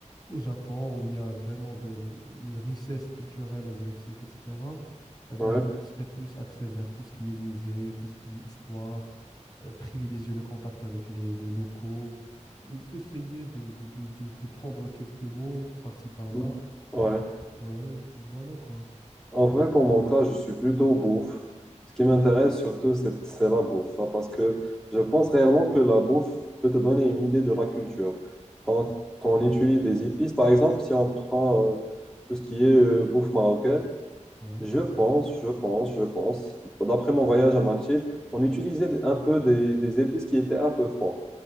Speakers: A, on the left (about 35°); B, in the centre.
A: au Japon, où il y a vraiment des- des- une richesse culturelle asiatique, etc., eh ben,
B: Ouais.
A: je serais plus axé vers tout ce qui est musée, tout ce qui est histoire, euh, privilégier le contact avec les, les locaux, euh, essayer de, de, de, de- de prendre quelques mots par-ci, par-là.
B: Mhm. Ouais.
A: Ouais, voilà quoi.
B: En vrai, pour mon cas, je suis plutôt bouffe. Ce qui m'intéresse surtout, c'est c'est la bouffe. hein, Parce que je pense réellement que la bouffe peut te donner une idée de la culture. Donc, quand on utilise des épices, par exemple, si on prend euh, tout ce qui est euh, bouffe marocaine,
A: Ouais.
B: Je pense, je pense, je pense. D'après mon voyage à Martil, on utilisait un peu des, des épices qui étaient un peu fortes.